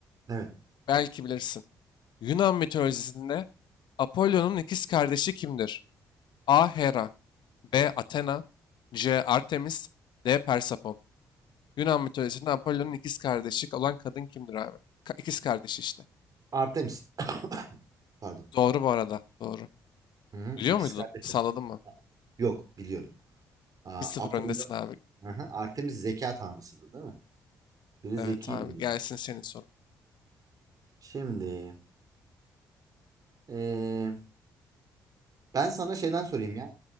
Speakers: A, on the right (about 45°); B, on the left (about 60°).
A: Evet.
B: Belki bilirsin. Yunan mitolojisinde Apollo'nun ikiz kardeşi kimdir? A. Hera B. Athena C. Artemis D. Persefon Yunan mitolojisinde Apollon'un ikiz kardeşi olan kadın kimdir abi? Ka- ikiz kardeşi işte.
A: Artemis. <coughs> Pardon.
B: Doğru bu arada. Doğru.
A: Hı hı.
B: Biliyor
A: İkiz
B: muydun?
A: kardeşim.
B: Salladın mı?
A: Yok biliyorum. Aa,
B: Bir sıfır
A: Apollo.
B: öndesin abi.
A: Hı hı. Artemis zeka tanrısıdır değil mi? Biri
B: Evet
A: zekiydi
B: abi.
A: bunların.
B: Gelsin senin sorun.
A: Şimdi ee, ben sana şeyden sorayım ya.